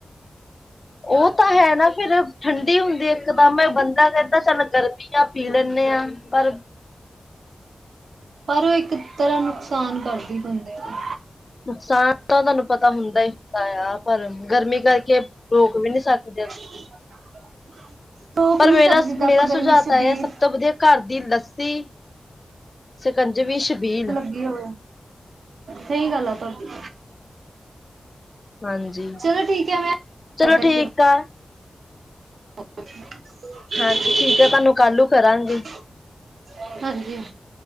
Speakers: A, on the left; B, on the right.
A: ਓ ਤਾਂ ਹੈ ਨਾ ਫੇਰ ਠੰਡੀ ਹੁੰਦੀ ਐ ਇੱਕਦਮ ਬੰਦਾ ਕੈਂਦਾ ਚੱਲ ਗਰਮੀ ਆ ਪੀ ਲੈਨੇ ਆ। ਪਰ
B: ਪਰ ਓ ਇੱਕ ਤਰਾਂ ਨੁਕਸਾਨ ਕਰਦੀ ਬੰਦੇ ਨੂੰ।
A: ਨੁਕਸਾਨ ਤਾਂ ਤੁਆਨੂੰ ਪਤਾ ਹੁੰਦਾ ਹੀ ਹੁੰਦਾ ਏਆ ਪਰ ਗਰਮੀ ਕਰਕੇ ਰੋਕ ਵੀ ਨੀ ਸਕਦੇ।
B: <inaudible>
A: ਪਰ
B: ਨੀ
A: ਮੇਰਾ-ਮੇਰਾ
B: ਸਭ ਜਿੱਦਾਂ ਆਪਾਂ ਗਰਮੀ
A: ਸੁਝਾਅ
B: ਚ ਛਬੀਲ
A: ਤਾਂ ਏਆ ਸਬ ਤੋਂ ਵਦੀਆ ਘਰ ਦੀ ਲੱਸੀ। ਸ਼ਿਕੰਜਵੀ, ਸ਼ਬੀਲ।
B: ਕੀ ਹੋਇਆ। ਸਹੀ ਗੱਲ ਆ ਤੁਹਾਡੀ।
A: ਹਾਂਜੀ
B: ਚਲੋ ਠੀਕ ਆ ਮੈਂ
A: ਚਲੋ
B: ਕਾਲ ਕਰਤੀ
A: ਠੀਕ
B: ਹੂ
A: ਆ
B: <unintelligible>
A: ਹਾਂਜੀ ਠੀਕ ਆ ਤੁਹਾਨੂੰ ਕੱਲ ਨੂੰ ਕਰਾਂਗੇ
B: ਹਾਂਜੀ ਹ।